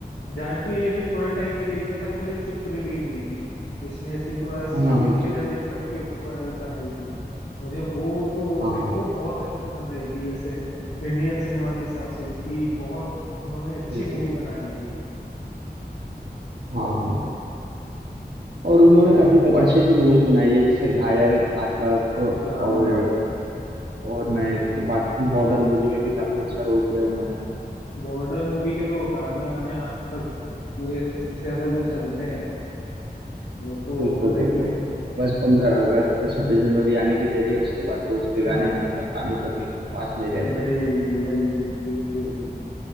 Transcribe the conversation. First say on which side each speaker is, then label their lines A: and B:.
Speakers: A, on the left; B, on the right.
A: जाट भी है अभी थोड़े टाइम पहले एक दो साल पहले चुप रिलीज हुई थी जिसमें ऐसी थोड़ा सीरियल
B: हाँ हाँ हाँ, चुप
A: किलर इस सब के ऊपर बनाई थी मुझे वो तो
B: हाँ
A: सही
B: हाँ
A: वो बहुत ऐसे पसंद आई थी ऐसे इंडियन सिनेमा के हिसाब से भी कि बहुत उन्होंने अच्छी
B: बिल्कुल
A: मूवी बना दी है
B: हाँ हाँ और
A: उसकी
B: उन्होंने
A: एक
B: काफी मु- अच्छी अच्छी मूवी बनाई है जैसे घायल घातक
A: हाँ
B: और और मैं बात करूँ बॉर्डर मूवी में भी काफी अच्छा रोल किया उन्होंने
A: बॉर्डर मूवी के तो गाने वाने आज तक पूरे से सबसे ज्यादा जो चलते हैं वो तो
B: बिल्कुल
A: अलग
B: बिल्कुल
A: ही है
B: बस पंद्रह अगस्त छब्बीस जनवरी आने के जरिए उसके बाद तो उसके
A: हाँ,
B: गाने हमेशा
A: <laughs>
B: कानों तक एकदम पास में रहते
A: वही वही बिल्कुल